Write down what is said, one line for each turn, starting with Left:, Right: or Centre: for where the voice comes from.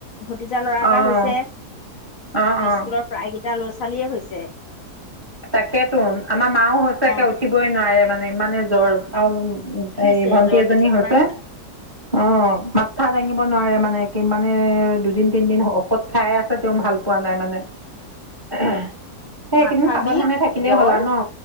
Left: ভতিজা ল'ৰা এটা
Right: অ',
Left: হৈছে।
Right: অ',
Left: তোৰ
Right: অ'।
Left: স্কুলৰ প্ৰায়কেইটা লৰা ছোৱালীয়ে হৈছে।
Right: তাকেতো আমাৰ মাও হৈছে একে
Left: অ
Right: উঠিবই নোৱাৰে মানে ইমানে জ্বৰ আৰু
Left: আহিছে
Right: হে ভন্টি
Left: জ্বৰটো
Right: এজনী
Left: তোমাৰ
Right: হৈছে অ মাত মাথা দাঙিব নোৱাৰে মানে কি মানে দুদিন তিনদিন ঔষধ খাই আছে তেওঁ ভাল পোৱা নাই মানে। সেই এইকেইদিন
Left: মাথা
Right: সাৱধানে
Left: বিষ
Right: থাকিলেই
Left: জ্বৰ
Right: হল আউ ন।